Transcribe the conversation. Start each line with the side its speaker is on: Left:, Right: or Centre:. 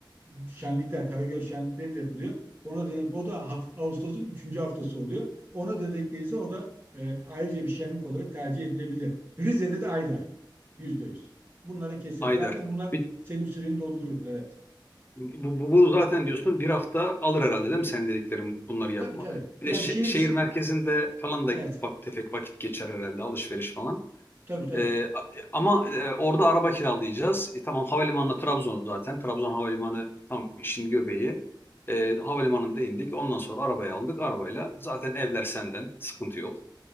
Right: şenlikler, Karagöl şenlikleri de yapılıyor. Ona denk, o da haf- Ağustos'un üçüncü haftası oluyor. Ona da denk gelirse o da e, ayrıca bir şenlik olarak tercih edilebilir. Rize'de de Ayder, yüzde yüz. Bunlara kesin.
Left: Ayder.
Right: Zaten bunlar
Left: Bir
Right: senin süreni doldurur. Evet.
Left: Bu, bu, bu zaten diyorsun bir hafta alır herhalde değil mi senin dediklerin bunları yapmak?
Right: Tabii tabii.
Left: Bir
Right: Yani
Left: de şe-
Right: şehir
Left: şehir
Right: için.
Left: merkezinde falan da
Right: Evet.
Left: ufak tefek vakit geçer herhalde alışveriş falan.
Right: Tabii tabii.
Left: Ee, a- ama e, orada araba kiralayacağız. E, tamam havalimanına Trabzon zaten. Trabzon havalimanı tam işin göbeği. Ee, havalimanında indik. Ondan sonra arabayı aldık. Arabayla zaten evler senden. Sıkıntı yok.